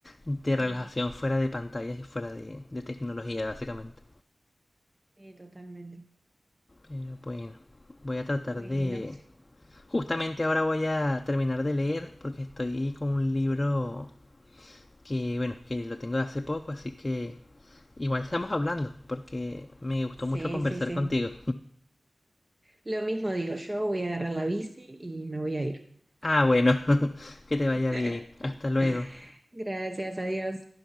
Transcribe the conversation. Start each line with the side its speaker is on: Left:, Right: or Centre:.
Left: de
Right: Mm,
Left: relajación fuera de pantallas y fuera de, de tecnología, básicamente.
Right: sí, totalmente.
Left: Pero bueno, voy a tratar
Right: Bueno,
Left: de... Justamente ahora voy a terminar de leer porque estoy con un libro que, bueno, que lo tengo de hace poco, así que igual estamos hablando porque me gustó
Right: sí,
Left: mucho conversar
Right: sí, sí.
Left: contigo.
Right: Lo mismo digo, yo voy a agarrar la bici y me voy a ir.
Left: Ah, bueno, <laughs> que te vaya
Right: <laughs>
Left: bien. Hasta luego.
Right: Gracias, adiós.